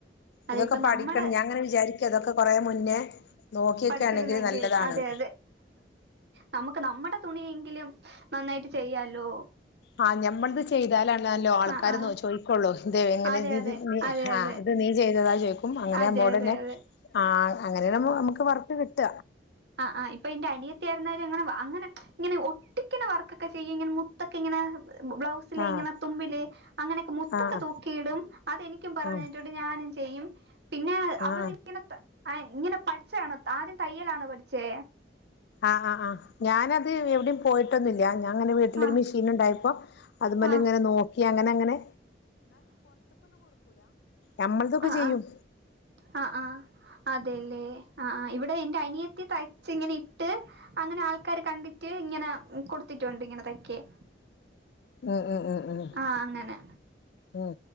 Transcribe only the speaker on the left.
ഇതൊക്കെ
പഠിക്കണം
ഞാൻ അങ്ങനെ വിചാരിക്ക ഇതൊക്കെ കൊറേ മുന്നേ നോക്കിയൊക്കെ
ആണെങ്കിൽ നല്ലതാണ്
ആഹ് ഞമ്മൾത് ചെയ്താലാണ് നല്ലോ ആൾക്കാര്
നെ ചോയ്ക്കൊള്ളൂ ഇത് എങ്ങനെ
നീ
ഇത്
ആഹ്
നീ ചെയ്താ ചോയി ക്കും അങ്ങനെ
നമ്മോടെന്നെ
ആഹ് അങ്ങനെ നമ്മക്ക് വർക്ക് കി ഇറ്റ
ആഹ്
ആഹ്
ആഹ്
ആഹ്
ആഹ് ആഹ് ആഹ് ഞാനത് എവെടിംപോയിട്ടൊന്നുല്ല ഞാൻ അങ്ങനെ വീട്ടിലൊരു
മിഷീൻ ഉണ്ടായപ്പം അതിമെല്
ഇങ്ങനെ നോക്കി അങ്ങനെ അങ്ങനെ ഞമ്മൾതൊക്കെ
ചെയ്യും
ഉം ഉം ഉം ഉം
ഉം